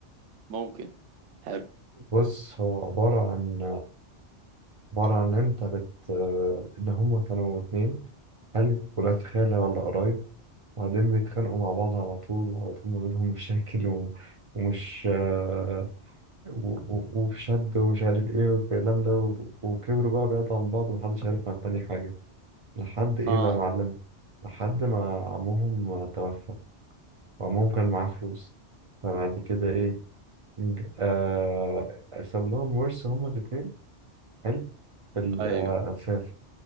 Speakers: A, on the right; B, on the right.
A: ممكن حلو
B: بص هو عبارة عن عبارة عن انت بت آه، ان هما كانوا اتنين حلو ولاد خالة ولا قرايب وبعدين بيتخانقوا مع بعض على طول وعلى طول ما بينهم مشاكل و... ومش آه، و... و... وفي شد ومش عارف ايه والكلام ده و... وكبروا بقى بعيد عن بعض ومحدش عارف عن تاني حاجة لحد ايه
A: اه
B: بقى يا معلم لحد ما عمهم توفى وعمهم كان معاه فلوس فبعد كده ايه نج- آه... ساب لهم ورث هما الاتنين حلو في ال...
A: ايوه
B: آه، في